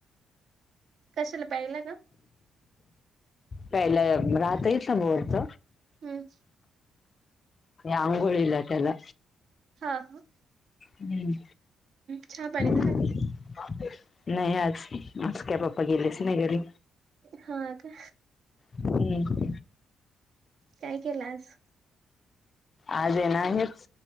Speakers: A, on the right; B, on the left.
A: कशाला प्यायला का
B: प्यायला रात इथं बोरच.
A: हम्
B: अंघोळीला त्याला
A: हा हा
B: हम्म
A: चहा पाणी
B: <unintelligible>
A: झाला का
B: नाही आज आज काय पापा गेले स नाही घरी
A: हा का.
B: हम्म.
A: काय केलं आज.
B: आज आहे नाहीच.